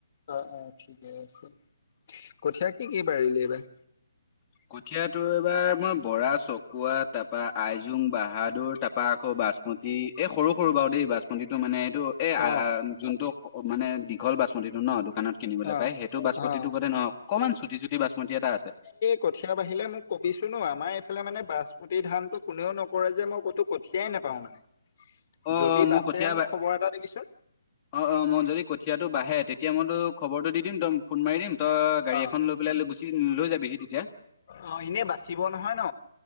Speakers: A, on the left (about 45°); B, on the left (about 20°).
A: অ, অ, ঠিকে আছে। কঠিয়া কি কি পাৰিলি এইবাৰ।
B: কঠিয়া তোৰ এইবাৰ মই বৰা, চকুৱা, তাৰপা আইজোং, বাহাদুৰ তাৰপা আকৌ বাচপতি, এই সৰু সৰু বাৰু দেই বাচপতিটো মানে এইটো এই
A: অ
B: যোনটো মানে দীঘল বাচমতিটো ন। দোকানত কিনিবলৈ
A: অ
B: পায়। সেইটো বাচমতিটো
A: অ
B: গতে নহয় অকণমান চুটি চুটি বাচমতি এটা আছে।
A: কঠীয়া বাঢ়িলে মোক কবিচোন অ আমাৰ এইফালে মানে বাচমতি ধানতটো কোনেও নকৰে যে মই ক'তো কঠিয়াই নাপা পাওঁ মানে।
B: অ,
A: যদি
B: অ, মই
A: বাচে
B: কঠীয়া
A: মোক খবৰ এটা দিবিচোন।
B: অ, অ, মই যদি কঠিয়াটো বাঢ়ে তেতিয়া তেতিয়া মই তোক খবৰটো দি দিম তই ফোন মাৰি দিম তই গাড়ী
A: অ
B: এখন লৈ পেলাই গুচি লৈ যাবিহি তেতিয়া।
A: অ, এনে বাচিব নহয় ন।